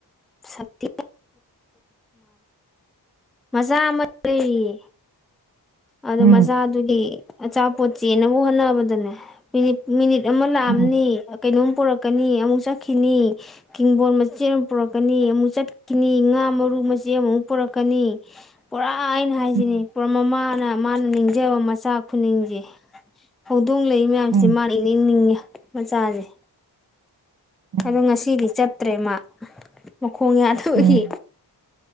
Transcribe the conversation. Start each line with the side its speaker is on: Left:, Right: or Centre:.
Centre: ꯁꯛꯇꯤ ꯃꯆꯥ ꯑꯃ ꯂꯩꯔꯤꯌꯦ ꯑꯗꯨꯣ
Right: ꯎꯝ
Centre: ꯃꯆꯥꯗꯨꯗꯤ ꯑꯆꯥꯄꯣꯠ ꯆꯦꯟꯅꯅꯕ ꯍꯣꯠꯅꯕꯗꯅꯦ ꯃꯤꯅꯤꯠ ꯑꯃ ꯂꯑꯅꯤ
Right: ꯎꯝ
Centre: ꯀꯩꯅꯣꯝ ꯄꯨꯔꯛꯀꯅꯤ ꯑꯃꯨꯛ ꯆꯠꯈꯤꯅꯤ ꯀꯤꯡꯗꯝꯡꯕꯣꯣꯟ ꯃꯆꯦ ꯑꯃ ꯄꯨꯔꯛꯀꯅꯤ ꯑꯃꯨꯛ ꯆꯠꯈꯤꯅꯤ ꯉꯥ ꯃꯔꯨ ꯃꯆꯦ ꯑꯃꯃꯨꯛ ꯄꯨꯔꯛꯀꯅꯤ ꯄꯨꯔꯥ ꯑꯥ ꯑꯩꯅ ꯍꯥꯏꯁꯤꯅꯦ
Right: ꯎꯝ
Centre: ꯄꯨꯔꯥ ꯃꯃꯥ ꯅ ꯃꯥꯅ ꯅꯤꯡꯖꯕ ꯃꯆꯥ ꯈꯨꯗꯤꯁꯦ ꯍꯧꯗꯣꯡ ꯂꯩ ꯃꯌꯥꯝꯁꯦ
Right: ꯎꯝ
Centre: ꯃꯥ ꯏꯅꯤꯡꯅꯤꯡꯉꯤ ꯃꯆꯥꯁꯦ
Right: ꯎꯝ
Centre: ꯑꯗꯣ ꯉꯁꯤꯗꯤ ꯆꯠꯇ꯭ꯔꯦ ꯃꯥ ꯈꯣꯡꯉꯌꯥ ꯊꯣꯛꯏ
Right: ꯎꯝ